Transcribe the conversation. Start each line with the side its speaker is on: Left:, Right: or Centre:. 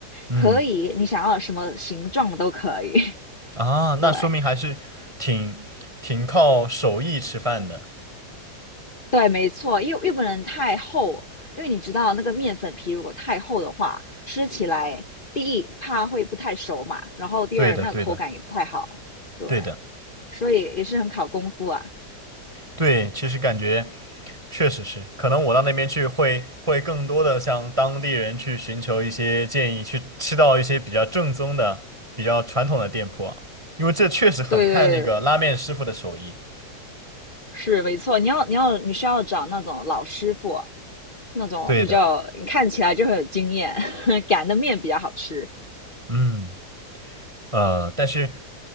Right: 嗯，
Left: 可以你想要什么形状都可以。<laughs>
Right: 啊，那说明还是挺挺靠手艺吃饭的。
Left: 对，对，没错，又又不能太厚，因为你知道那个面粉皮如果太厚的话，吃起来第一怕会不太熟嘛，然后第二那个口感也不太好，
Right: 对的，对的，
Left: 对，
Right: 对的，
Left: 所以也是很考功夫啊。
Right: 对，其实感觉确实是，可能我到那边去会会更多的向当地人去寻求一些建议，去吃到一些比较正宗的、比较传统的店铺啊，因为这确实很看那个拉面师傅的手艺。
Left: 对对对，是没错，你要你要你需要找那种老师傅，那种比较你看起来就很有经验，
Right: 对的，
Left: <laughs> 擀的面比较好吃，
Right: 嗯，呃，但是。